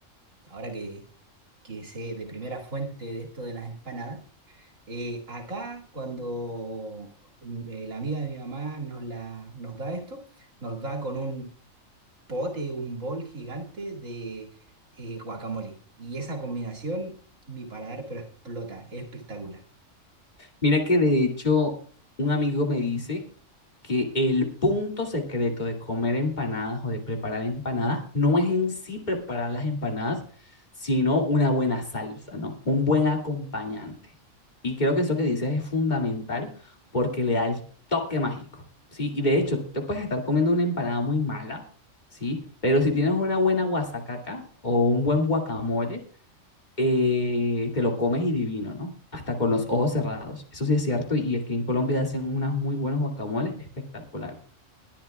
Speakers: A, on the right; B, on the left.
A: ahora que, que sé de primera fuente de esto de las empanadas, eh, acá cuando mm, eh, la amiga de mi mamá nos, la, nos da esto, nos da con un pote, un bol gigante de eh, guacamole. Y esa combinación, mi paladar, pero explota, es espectacular.
B: Mira que de hecho un amigo me dice que el punto secreto de comer empanadas o de preparar empanadas no es en sí preparar las empanadas, sino una buena salsa, ¿no? Un buen acompañante. Y creo que eso que dices es fundamental porque le da el toque mágico, ¿sí? Y de hecho, tú te puedes estar comiendo una empanada muy mala, ¿sí? Pero si tienes una buena guasacaca o un buen guacamole, eh, te lo comes y divino, ¿no? Hasta con los ojos cerrados. Eso sí es cierto. Y aquí en Colombia hacen unas muy buenos guacamoles espectaculares.